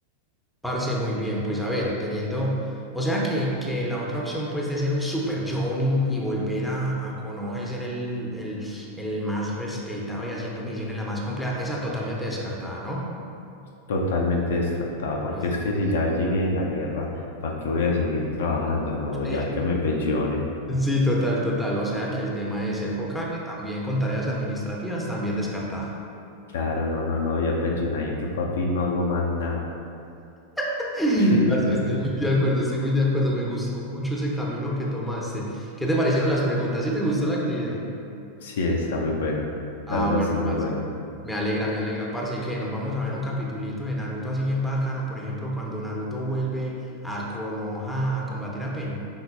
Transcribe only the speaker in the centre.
Parce, muy bien, pues a ver, teniendo, o sea que, que la otra opción pues de ser un super Jonin y volver a, a Konoha y ser el, el, el más respetado y haciendo misiones la más compleja, esa totalmente descartada, ¿no?
Listo.
Sí.
Sí, total, total. O sea que el tema de ser Hokage también con tareas administrativas también descartada.
<laughs>
Parce, estoy muy de acuerdo, estoy muy de acuerdo. Me gustó mucho ese camino que tomaste. ¿Qué te parecieron las preguntas? ¿Sí te gustó la actividad?
Ah,
bueno,
parce.
Me alegra, me alegra, parce, que nos vamos a ver un capitulito de Naruto así bien bacano, por ejemplo, cuando Naruto vuelve a Konoha a combatir a Pain.